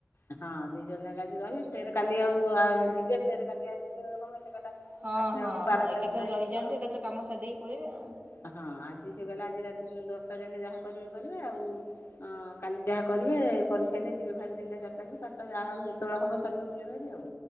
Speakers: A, on the left; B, on the right.
A: ହଁ ଦି ଜଣ ଯାକ ଆଜି ରହିବେ ଫେର କାଲି ଆଉ ଯିବେ ଫେର କାଲି ଆସିବେ
B: ହଁ
A: ଆସିଲା
B: ହଁ
A: ବେଳକୁ ବାରଟା
B: ହଁ ଏକାଥରେ
A: ଗୋଟାଏ
B: ରହିଯାଆନ୍ତୁ
A: ହେଇଯିବ ଆଉ।
B: ଏକାଥରେ କାମ ସରିଦେଇକି ପଳେଇବେ ଆଉ।
A: ହଁ ଆଜି ସେ କହିଲଲେ ଆଜି ରାତି ଦଶଟା ଯାକେ ଯାହା କରିବେ କରିବେ ଆଉ। ହଁ କାଲି ଯାହା କରିବେ କରିସାରିଲେ ଯିବେ ଭାରି ତିନିଟା ଚାରିଟା କି ପାଞ୍ଚଟା ଯାହା ହବଉ ଯେତେବେଳେ ହବ ସରିବ ଯିବେ ଭାରି ଆଉ।